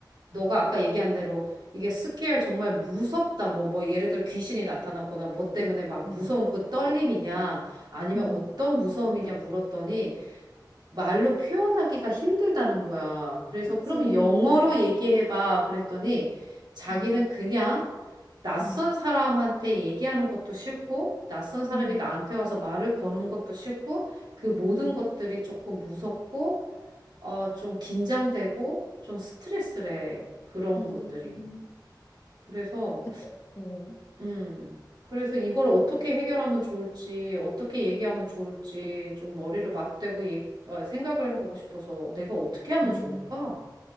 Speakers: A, on the right; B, on the left.
A: 너가 아까 얘기한 대로 이게 스케일 정말 무섭다. 뭐, 뭐 예를 들어 귀신이 나타났거나 뭐 때문에 막
B: 음,
A: 무서운 그 떨림이냐 아니면
B: 음.
A: 어떤 무서움이냐 물었더니 말로 표현하기가 힘들다는 거야. 그래서
B: 그렇지.
A: 그럼 영어로
B: 어,
A: 얘기해봐. 그랬더니 자기는
B: 음,
A: 그냥 낯선
B: 음,
A: 사람한테 얘기하는 것도 싫고, 낯선 사람이
B: 음,
A: 나한테 와서 말을 거는 것도 싫고, 그 모든
B: 음,
A: 것들이 조금 무섭고, 어, 좀 긴장되고, 좀 스트레스래. 그런
B: 음,
A: 것들이.
B: 음.
A: 그래서
B: 그쵸. 어.
A: 음. 그래서 이걸 어떻게 해결하면 좋을지, 어떻게 얘기하면 좋을지 좀 머리를 맞대고 얘기, 어, 생각을 해보고 싶어서 내가 어떻게 하면
B: 어,
A: 좋을까?